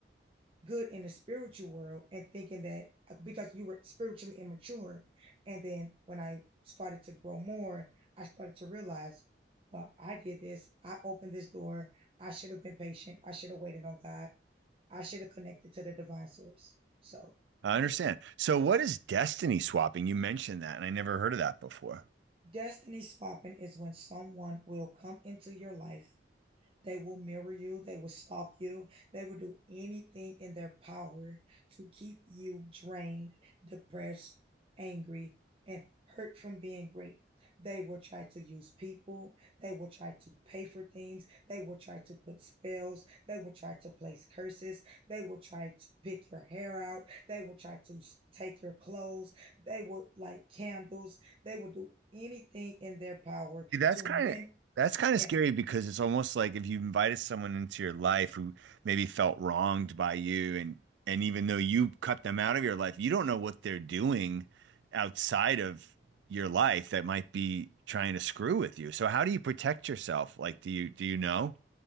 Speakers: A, on the right; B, on the right.
A: good in the spiritual world and thinking that uh, because you were spiritually immature. And then when I started to grow more, I started to realize, well, I did this. I opened this door. I should have been patient. I should have waited on God. I should have connected to the divine source. So,
B: I understand.
A: yeah.
B: So what is destiny swapping? You mentioned that, and I never heard of that before.
A: Destiny swapping is when someone will come into your life They will mirror you, they will stalk you, they will do anything in their power to keep you drained, depressed, angry, and hurt from being great. They will try to use people. They will try to pay for things. They will try to put spells. They will try to place curses. They will try to pick your hair out. They will try to take your clothes. They will light candles. They will do anything in their power
B: See, that's
A: to
B: kind
A: men.
B: of that's kind
A: Yeah,
B: of scary because it's almost like if you invited someone into your life who maybe felt wronged by you and and even though you cut them out of your life, you don't know what they're doing outside of your life that might be trying to screw with you. So how do you protect yourself? Like do you do you know?